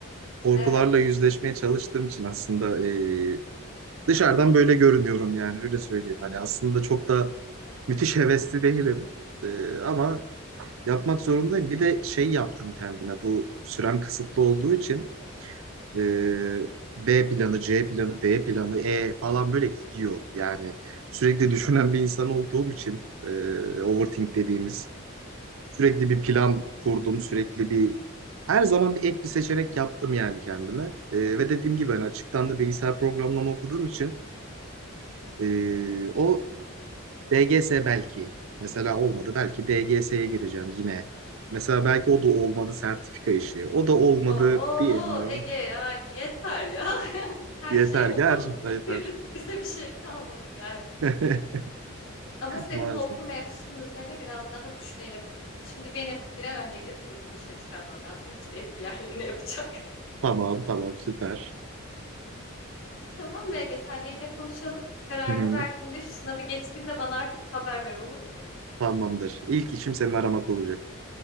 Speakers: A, on the right (about 70°); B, on the left (about 75°).
A: Korkularla
B: Evet.
A: yüzleşmeye çalıştığım için aslında e, dışarıdan böyle görünüyorum yani öyle söyleyeyim. Hani aslında çok da müthiş hevesli değilim E, ama yapmak zorundayım. Bir de şey yaptım kendime bu sürem kısıtlı olduğu için Ee, B planı, C planı, D planı, E falan böyle gidiyor. Yani sürekli düşünen bir insan olduğum için e, overthink dediğimiz sürekli bir plan kurdum, sürekli bir her zaman bir ek bir seçenek yaptım yani kendime. E, ve dediğim gibi ben açıktan da bilgisayar programlama okuduğum için e, o DGS belki mesela olmadı. Belki DGS'ye gireceğim yine. Mesela belki o da olmadı sertifika işi. O da olmadı
B: Oo
A: bilmiyorum.
B: Ege yani yeter ya. <laughs> Her
A: Yeter
B: şeyi oku
A: gerçekten
B: bitirdin.
A: yeter.
B: Bize bir şey kalmadı yani.
A: <laughs>
B: Ama senin
A: Maalesef.
B: bu okul mevzusunun üzerine biraz daha düşünelim. Şimdi benim bir an önce gidip çocuğumu dışarı çıkarmam lazım. <laughs> Yoksa evi bir yerlerine yapacak. <laughs>
A: Tamam tamam süper.
B: Tamam mı Ege? Senle yine konuşalım. Kararını
A: Hı hı,
B: verdiğinde, şu sınavı geçtiğinde bana artık haber ver olur mu?
A: tamamdır. İlk işim seni aramak olacak.